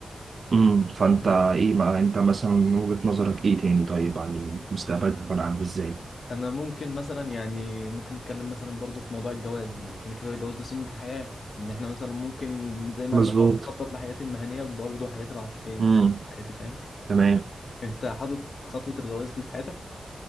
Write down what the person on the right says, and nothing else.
امم فانت
ايه بقى انت مثلا من وجهة نظرك ايه تاني طيب عن المستقبل هيكون عامل ازاي
مظبوط
امم
تمام